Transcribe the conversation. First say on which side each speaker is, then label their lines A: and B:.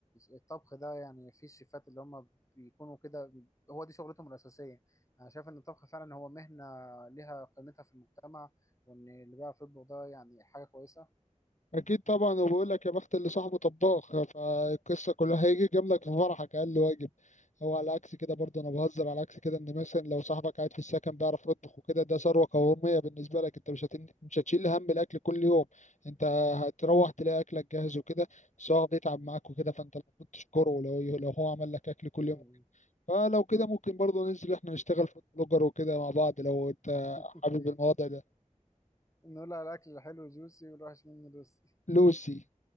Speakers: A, on the left; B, on the left.
A: الطبخ ده يعني في الشيفات اللي هم بيكونوا كده هو دي شغلتهم الأساسية انا شايف ان الطبخ فعلا هو مهنة ليها قيمتها في المجتمع وان اللي بيعرف يطبخ ده يعني حاجة كويسة
B: اكيد طبعا وبقول لك يا بخت اللي صاحبه طباخ فالقصه كلها هيجي جنبك في فرحك اقل واجب هو على عكس كده برضه انا بهزر على عكس كده ان مثلا لو صاحبك قاعد في السكن بيعرف يطبخ وكده ده ثروه قوميه بالنسبه لك انت مش هتن... مش هتشيل هم الاكل كل يوم انت هتروح تلاقي اكلك جاهز وكده بس هو بيتعب معاك وكده فانت المفروض تشكره لو لو هو عمل لك اكل كل
A: مم.
B: يوم فلو كده ممكن برضه ننزل احنا نشتغل في بلوجر وكده مع بعض لو انت
A: <laughs>
B: حابب الموضوع ده
A: نقول على الأكل الحلو جوسي والوحش منه لوسي
B: لوسي